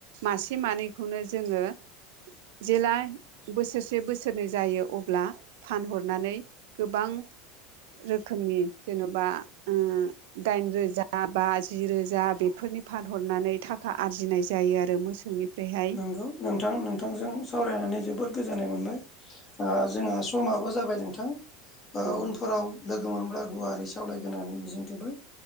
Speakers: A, on the right; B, on the left.
A: मासे मानैखौनो जोङो जेला बोसोरसे बोसोरनै जायो अब्ला फानहरनानै गोबां रोखोमनि जेन'बा उम दाइन रोजा बा जि रोजा बेफोरनि फानहरनानै थाखा आरजिनाय जायो आरो मोसौ सौनिफ्राय हाय
B: नंगौ नोंथां नोंथांजों सावरायनानै जोबोद गोजोननाय मोनबाय ओ जोंहा समाबो जाबाय नोंथां
A: औ
B: उनफोराव लोगो मोनोब्ला गुवारै सावलायगोनानै मिजिंथिंबो